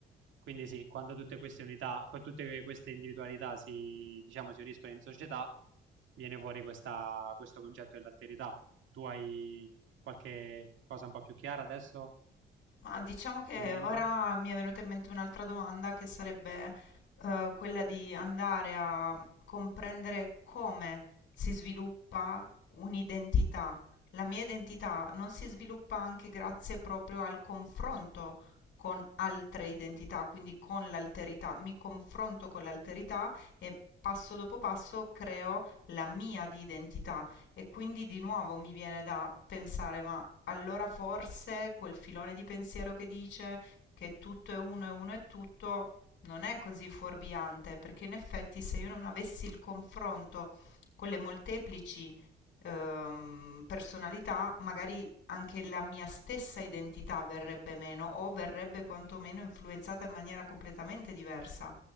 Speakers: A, on the right; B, on the left.
A: quindi sì, quando tutte queste unità, qua- tutte que- queste individualità si, diciamo, si uniscono in società, viene fuori questa- questo concetto dell'alterità. Tu hai qualche cosa un po' più chiara adesso
B: Ma diciamo che
A: in mente?
B: ora mi è venuta in mente un'altra domanda che sarebbe eh, quella di andare a comprendere come si sviluppa un'identità. La mia identità non si sviluppa anche grazie proprio al confronto con altre identità, quindi con l'alterità. Mi confronto con l'alterità e passo dopo passo creo la mia di identità e quindi di nuovo mi viene da pensare, ma allora forse quel filone di pensiero che dice che tutto è uno e uno è tutto non è così fuorviante, perché in effetti se io non avessi il confronto con le molteplici ehm, personalità, magari anche la mia stessa identità verrebbe meno o verrebbe quantomeno influenzata in maniera completamente diversa,